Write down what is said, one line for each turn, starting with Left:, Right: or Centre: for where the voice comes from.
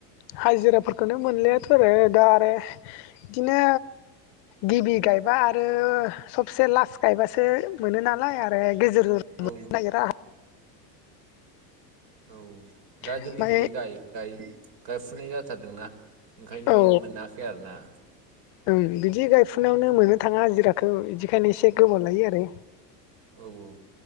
Left: हाजिराफोरखौनो मोनलायाथ' आरो आदा आरो बिदिनो गिबि गायबा आरो सबसे लास गायबासो मोनो नालाय आरो गेजेर मोन्नो
Right: औ
Left: नागिरा
Right: औ दा
Left: ओमफ्राय
Right: जोंनिखिजाय गाय गाय गायफुनाय जाथारदोंना ओंखायनो
Left: औ
Right: मोनाखै आरोना।
Left: ओं बिदि गायफुनायावनो मोननो थाङा हाजिराखौ बिदिखायनो एसे गोबाव लायो आरो
Right: औ औ।